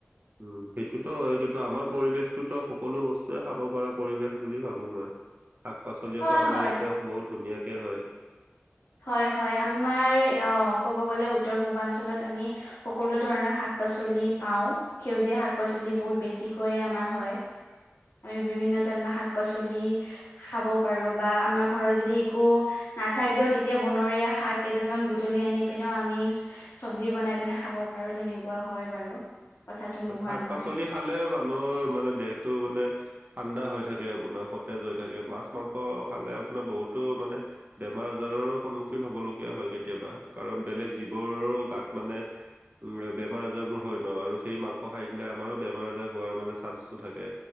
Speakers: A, on the right; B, on the left.
A: উম সেইটোতো হয় কিন্তু আমাৰ পৰিৱেশটোতো সকলো বস্তুৱয়ে খাব পৰা পৰিৱেশ বুলি ভাবো মই। শাক-পাচলিও
B: হয়
A: আমাৰ
B: হয়
A: ইয়াতে বহুত ধুনীয়াকে হয়।
B: হয় হয় আমাৰ অ' ক'ব গলে উত্তৰ পূৰ্বাঞ্চলত আমি সকলো ধৰণৰ শাক শাক-পাচলি পাওঁ সেউজীয়া শাক-পাচলি বহুত বেছিকৈয় আমাৰ হয়। আমি বিভিন্ন ধৰণৰ শাক-পাচলি খাব পাৰো বা আমাৰ ঘৰত যদি একো নাথাকেও তে তেতিয়া বনৰীয়া শাক কেইডালমান বুটলি আনি পিনেও আমি চব্জি বনাই পিনে খাব পাৰো তেনেকুৱা হয় বাৰু। কথাটো নোহোৱা
A: শাক-পাচলি
B: নহয়
A: খালে মানুহৰ মানে দেহটো মানে ঠাণ্ডা হৈ থাকে আপোনাৰ সতেজ হৈ থাকে মাছ মাংস খালে আপোনাৰ বহুতো মানে বেমাৰ আজাৰৰো সন্মুখীন হব লগীয়া হয় কেতিয়াবা কাৰণ বেলেগ জীৱৰ গাত মানে উ বেমাৰ আজাৰ বোৰ হয় ন আৰু সেই মাংস খাই দিলে আমাৰো বেমাৰ আজাৰ হোৱাৰ মানে চান্সটো থাকে।